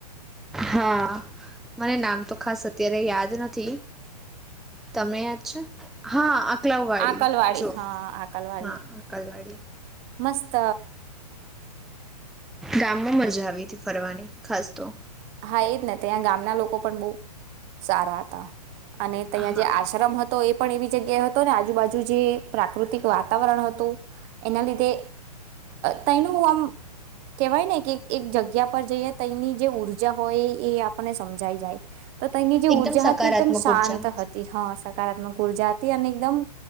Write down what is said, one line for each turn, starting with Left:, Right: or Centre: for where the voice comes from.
Centre: હા મને નામ તો ખાસ અત્યારે યાદ નથી તમે દ છે હા. અકલાવવાડી
Right: આકલવાડી
Centre: જો
Right: હા આકલવાડી
Centre: હા અકલવાડી
Right: મસ્ત.
Centre: ગામ. માં મજા આવી હતી ફરવાની ખાસ તો.
Right: હા એજ નથી ત્યાં ગામના લોકો પણ બહ સારા હતા. અને ત્યાં
Centre: હા
Right: જે આશ્રમ હતો. તો એ પણ એવી જગ્યાએ હતો ને આજુબાજુ જે પ્રાકૃતિક વાતાવરણ હતું એના લીધે તનું આમ કેહેવાય ને કે. એક જગ્યા પર જઈએ તેની જે ઉઊર્જા હોય એ આપણને સમજાઈ જાય. તો તેની જે
Centre: એકદમ
Right: ઉર્જા
Centre: સકારાત્મક
Right: હતી એકદમ શાંત
Centre: ઉર્જા
Right: હતી હા. હકારાત્મક ઉર્જા હતી અને એકદમ